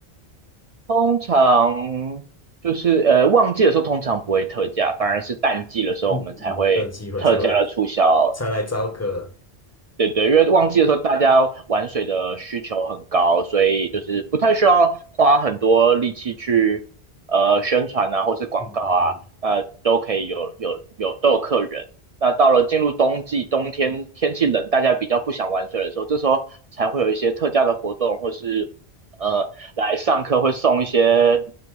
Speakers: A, on the right; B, on the left.
A: 通常就是呃旺季的时候通常不会特价，反而是淡季的时候我们才会特价的促销
B: 嗯嗯嗯，等机会才会才来招客，
A: 对对，因为旺季的时候大家玩水的需求很高，所以就是不太需要花很多力气去呃宣传啊，或是广告啊，
B: 嗯嗯嗯
A: 呃都可以有有有都有客人。那到了进入冬季，冬天天气冷，大家比较不想玩水的时候，这时候才会有一些特价的活动，或是呃来上课会送一些